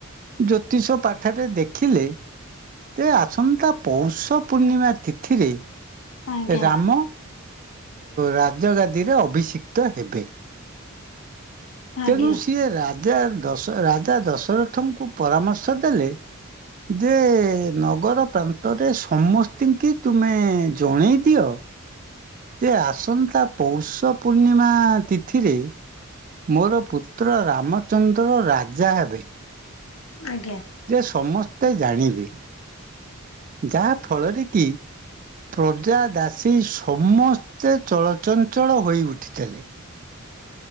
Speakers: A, on the right; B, on the left.
A: ଜ୍ୟୋତିଷ ପାଠରେ ଦେଖିଲେ ଯେ ଆସନ୍ତା ପୌଷ ପୂର୍ଣ୍ଣିମା ତିଥିରେ
B: ଆଜ୍ଞା।
A: ରାମ। ରାଜ ଗାଦିରେ ଅଭିଷିକ୍ତ ହେବେ
B: ଆଜ୍ଞା
A: ତେଣୁ ସିଏ ରାଜାଶ ରାଜା ଦଶରଥଙ୍କୁ ପରାମର୍ଶ ଦେଲେ ଯେ ନଗର ପ୍ରାନ୍ତରେ ସମସ୍ତିଙ୍କି ତୁମେ ଜଣେଇ ଦିଅ। ଯେ ଆସନ୍ତା ପୌଷ ପୂର୍ଣ୍ଣିମା ତିଥିରେ ମୋର ପୁତ୍ର ରାମଚନ୍ଦ୍ର ରାଜା ହେବେ
B: ଆଜ୍ଞା
A: ଯେ ସମସ୍ତେ ଜାଣିବେ ଯାହା ଫଳରେ କି ପ୍ରଜା ଦାସୀ ସମସ୍ତେ ଚଳଚଞ୍ଚଳ ହୋଇ ଉଠିଥିଲେ